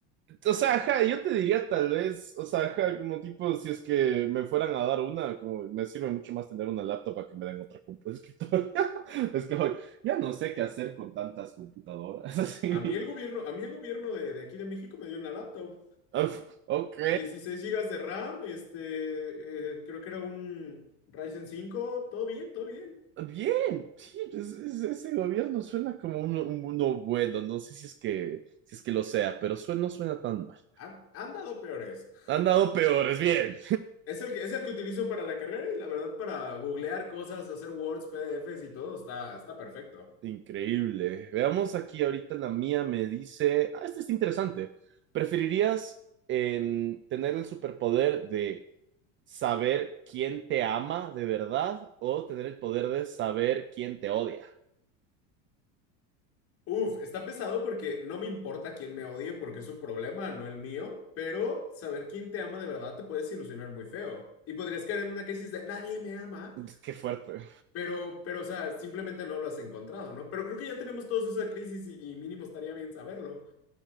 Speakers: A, on the right; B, on the left.
A: O sea, ajá, yo te diría tal vez, o sea, ajá, como tipo, si es que me fueran a dar una, como me sirve mucho más tener una laptop a que me den otra compu de escritorio. <laughs> Es que hoy ya no sé qué hacer con tantas computadoras, <laughs> así.
B: A mí el gobierno, a mí el gobierno de, de aquí de México me dio una laptop.
A: Uf, Ok.
B: dieciséis gigas de RAM, este, eh, creo que era un Ryzen cinco, todo bien, todo bien.
A: Bien, sí, pues, es- ese gobierno suena como uno, un- uno bueno, no sé si es que, si es que lo sea, pero suena, no suena tan mal.
B: Han, han dado peores.
A: Han dado peores, bien.
B: Es el que, es el que utilizo para la carrera y la verdad para googlear cosas, hacer Words, PDFs y todo está, está perfecto.
A: Increíble. Veamos aquí ahorita la mía me dice, ah, este es interesante. ¿Preferirías em, tener el superpoder de saber quién te ama de verdad o tener el poder de saber quién te odia?
B: Uf, está pesado porque no me importa quién me odie porque es su problema, no el mío, pero saber quién te ama de verdad te puedes ilusionar muy feo. Y podrías caer en una crisis de nadie me ama,
A: <laughs> Qué fuerte.
B: pero, pero, o sea, simplemente no lo has encontrado, ¿no? Pero creo que ya tenemos todos esa crisis y, y mínimo estaría bien saberlo.